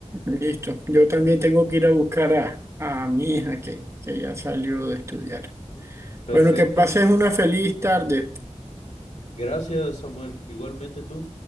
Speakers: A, on the right; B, on the left.
A: Listo. Yo también tengo que ir a buscar a, a mi hija que, que ya salió de estudiar.
B: Perfecto.
A: Bueno, que pases una feliz tarde.
B: Gracias, Samuel. Igualmente tú.